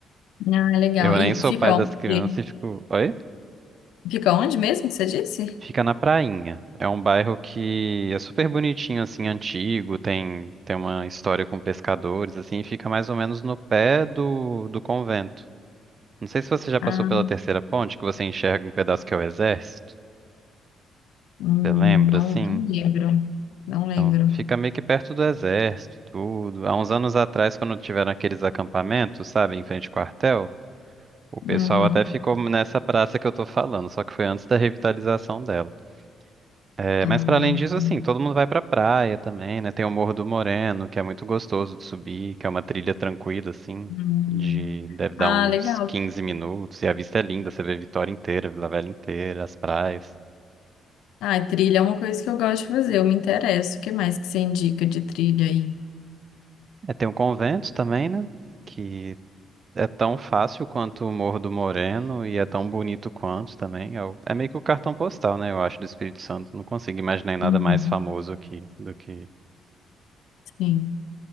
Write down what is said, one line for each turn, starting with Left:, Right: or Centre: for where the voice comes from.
Left: Ah, legal.
Right: Eu nem
Left: E
Right: sou
Left: fica
Right: pai das
Left: onde?
Right: crianças e fico. "Oi?"
Left: Fica onde mesmo que você disse?
Right: Fica na Prainha. É um bairro que é super bonitinho, assim, antigo, tem, tem uma história com pescadores, assim, e fica mais ou menos no pé do, do convento. Não sei se você já passou
Left: Ah,
Right: pela terceira ponte, que você enxerga um pedaço que é o exército.
Left: hum,
Right: Você lembra,
Left: não,
Right: assim?
Left: não lembro. Não lembro.
Right: Então, fica meio que perto do exército e tudo. Há uns anos atrás, quando tiveram aqueles acampamentos, sabe, em frente ao quartel, o pessoal
Left: Uhum.
Right: até ficou nessa praça que eu tô falando, só que foi antes da revitalização dela. É,
Left: Ah,
Right: mas
Left: hum,
Right: para além disso, assim, todo mundo vai pra praia também, né? Tem o Morro do Moreno, que é muito gostoso de subir, que é uma trilha tranquila, assim,
Left: hum.
Right: de deve dar
Left: Ah,
Right: uns
Left: legal.
Right: 15 minutos, e a vista é linda, você vê Vitória inteira, Vila Velha inteira, as praias.
Left: Ah, trilha é uma coisa que eu gosto de fazer, eu me interesso. O que mais que você indica de trilha aí?
Right: É, tem o convento também, né? Que é tão fácil quanto o Morro do Moreno e é tão bonito quanto também. É, o- é meio que o cartão postal, né? Eu acho, do Espírito Santo. Não consigo imaginar nada
Left: Uhum.
Right: mais famoso aqui do que
Left: Sim.